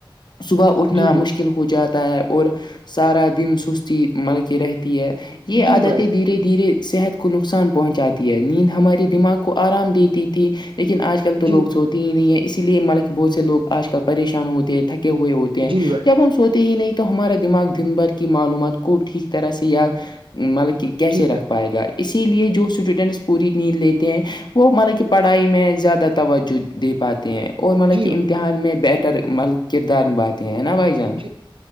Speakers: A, on the left; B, on the right.
A: صبح اٹھنا
B: جی
A: مشکل مکل ہو جاتا ہے اور سارا دن سستی مل کے رہتی ہے یہ
B: جی
A: عادتیں
B: بھائی
A: دھیرے دھیرے صحت کو نقصان پہنچاتی ہے نیند ہمارے دماغ کو آرام دیتی تھی لیکن آج کل تو
B: جی
A: لوگ
B: بھائی
A: سوتے ہی نہیں ہے اسی لیے ملک بہت سے لوگ آج کل پریشان ہوتے ہیں تھکے ہوئے ہوتے ہیں
B: جی بھائی
A: جب ہم سوتے ہی نہیں تو ہمارا دماغ دن بھر کی معلومات کو ٹھیک طرح سے یاد مطلب کہ کیسے
B: جی
A: رکھ
B: بھائی
A: پائے گا اسی لیے جو اسٹوڈینٹس پوری نیند لیتے ہیں وہ مطلب کہ پڑھائی میں زیادہ توجہ پاتے ہیں اور مطلب
B: جی
A: کہ امتحان میں بیٹر مطلب کردار نبھاتے ہیں نا بھائی جان
B: جی